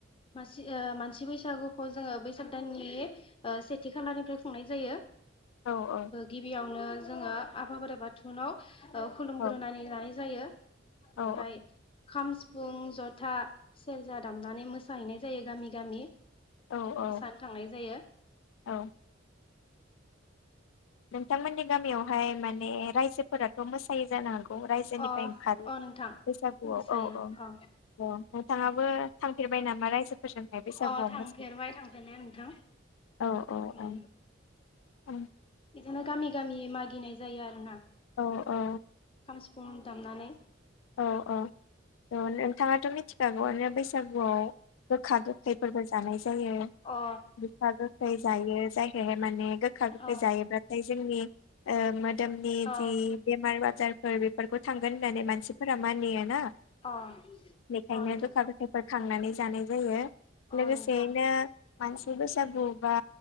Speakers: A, on the left; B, on the left.
A: मासि ओ मानसि बैसागुखौ जोङो बैसाग दाननि सेथि ओ खालनिफ्राय खुंनाय जायो।
B: औ औ
A: गिबियावनो जोङो आफाबोराइ बाथौनाव खुलुमग्रोनानै
B: औ
A: लानाय जायो ओमफ्राय
B: औ
A: खाम सिफुं जथा सेरजा दामनानै मोसाहैनाय जायो गामि गामि
B: औ औ
A: मोसानो थांनाय जायो।
B: औ नोंथांमोननि गामियावहाय माने रायजोफोराथ' मोसायोै जानो हाग। रायजोनिफ्राय
A: अ
B: ओंखारो
A: अ नोंथां
B: बैसागुआव
A: मोसायो
B: औ औ
A: अ
B: औ। नोंथाङाबो थांफेरबाय नामा रायजो? फोरजोंहनाय बैसागुआव
A: अ थांफेरबाय
B: मोजां
A: थांफेरनाया नोंथां
B: औ औ
A: उम
B: औ। औ
A: बिदिनो गामि गामि मागिनाय जायो आरो ना।
B: औ औ।
A: सिफुं दामनानै
B: औ औ नोंथाङाथ' मिथिखागौआनो बैसागुआव गोखा गोखैफोरबो जानाय जायो
A: अ
B: गोखा गोखै जायो जायखौहाय माने गोखा गोखै
A: अ
B: जायोब्लाथाय जोंनि मोदोमनि
A: अ
B: जि बेमार आजार फोर बेफोरखौ थांगोन होननानै मानसिफोरा मानियो ना
A: अ
B: बेनिखायनो
A: अ नोंथां
B: गोखा गोखैफोरखौ खांनानै जानाय जायो
A: अ
B: लोगोसेयैनो
A: नोंथां
B: मानसि बैसागु बा